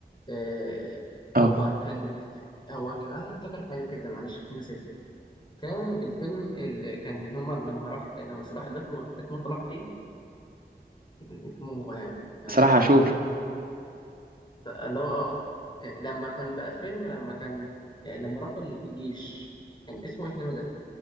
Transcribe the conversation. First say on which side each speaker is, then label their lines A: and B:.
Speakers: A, on the left; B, on the right.
A: آه
B: اه
A: هو كان هو كان عايز افتكر حاجه كده معلش عشان نسيتها كان الفيلم اللي كان هما لما راح لما صلاح اللي اسمه اسمه صلاح ايه اسمه آه، آه،
B: صلاح عاشور
A: اللي هو اه آه، لما كان بقى فيلم لما كان آه، لما راح الجيش كان اسمه ايه الفيلم ده؟